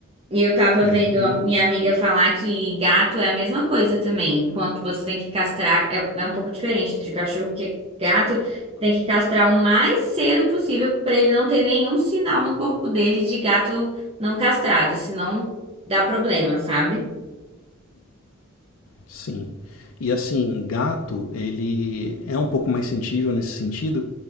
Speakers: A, on the right; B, on the left.
A: E eu tava
B: É,
A: vendo
B: não,
A: a minha amiga falar que gato é a mesma coisa também. Enquanto você tem que castrar, é, é um pouco diferente de cachorro, porque gato tem que castrar o mais cedo possível pra ele não ter nenhum sinal no corpo dele de gato não castrado, senão dá problema, sabe?
B: Sim. E assim, gato, ele é um pouco mais sensível nesse sentido,